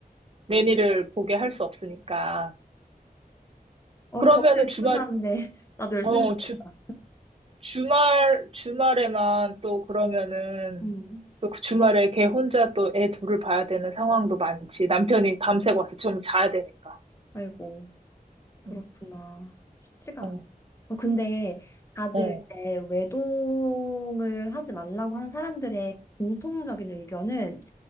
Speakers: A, on the right; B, on the left.
A: 매니를 보게 할 수 없으니까.
B: 거기서
A: 그러면은
B: 열심히
A: 주말,
B: 사는데, <laughs> 나도 열심히
A: 어, 주,
B: 살겠다.
A: 주말, 주말에만 또 그러면은
B: 음,
A: 또 그 주말에 걔 혼자 또 애 둘을 봐야 되는 상황도 많지. 남편이 밤새고 와서 좀 자야 되니까.
B: 아이고. 그렇구나.
A: 응,
B: 쉽지가
A: 어,
B: 않아. 어, 근데 다들
A: 어,
B: 이제 외동을 하지 말라고 하는 사람들의 공통적인 의견은